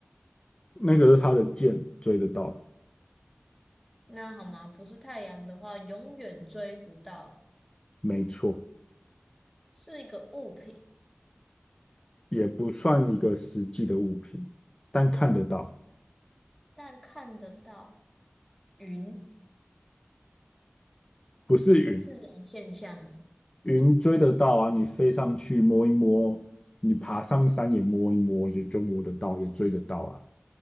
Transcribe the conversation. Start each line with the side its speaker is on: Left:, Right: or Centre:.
Left: 那个是他的箭，追得到，
Centre: 那好吗？不是太阳的话，永远追不到，
Left: 没错，
Centre: 是一个物品，
Left: 也不算一个实际的物品，但看得到，
Centre: 但看得到。云
Left: 不是云，
Centre: 是自然现象吗？
Left: 云追得到啊，你飞上去摸一摸，你爬上山也摸一摸，也就摸得到，也追得到啊。